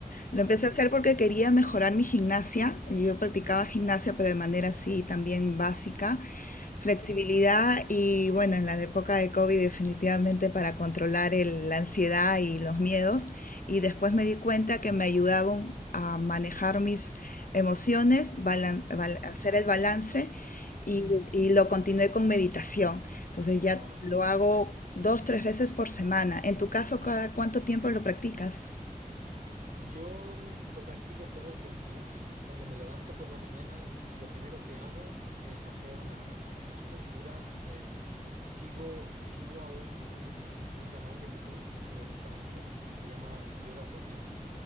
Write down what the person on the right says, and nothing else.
Sí.
Wow.
Yo mm, lo practico todos los días. Cuando me levanto por la mañana, lo primero que hago es hacer unas, unas posturas. Eh, sigo, sigo a un, a un canal de YouTube que me gusta mucho. Se llama Yoga for Men.